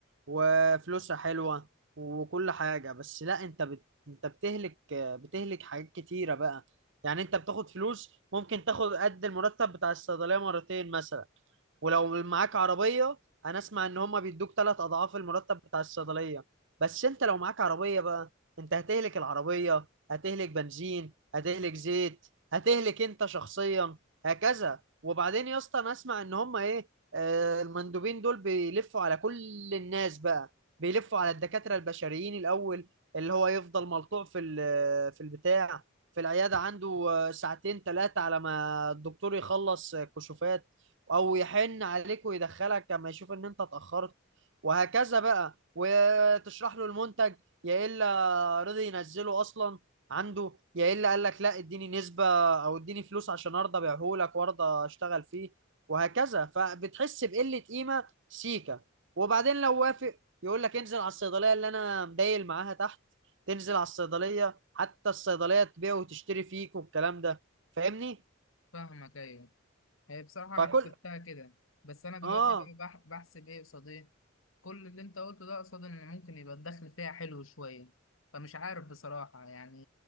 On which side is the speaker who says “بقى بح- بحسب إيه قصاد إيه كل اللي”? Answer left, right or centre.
Left